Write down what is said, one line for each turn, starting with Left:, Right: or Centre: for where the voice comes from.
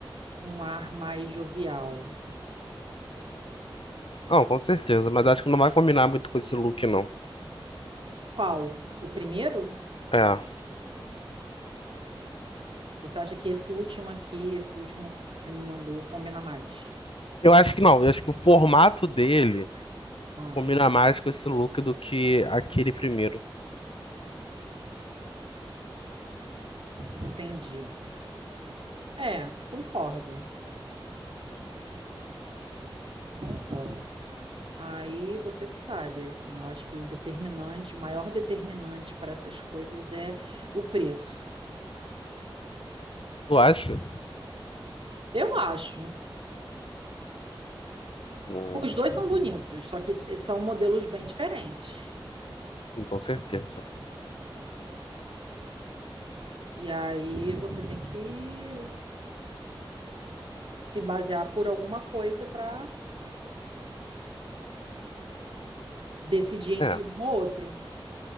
Right: um ar mais jovial.
Left: Não, com certeza, mas acho que não vai combinar muito com esse look, não.
Right: Qual? O primeiro?
Left: É.
Right: Você acha que esse último aqui, esse último que você me mandou, combina mais?
Left: Eu acho que não, eu acho que o formato dele
Right: Ah,
Left: combina mais com esse look do que aquele primeiro.
Right: entendi. É, concordo, concordo. Aí você que sabe, assim, eu acho que o determinante, o maior determinante para essas coisas é o preço.
Left: Tu acha?
Right: Eu acho.
Left: Hum,
Right: Os dois são bonitos, só que s- eh, são modelos bem diferentes.
Left: sim, com certeza.
Right: E aí você tem que se basear por alguma coisa para decidir entre
Left: É,
Right: um ou outro.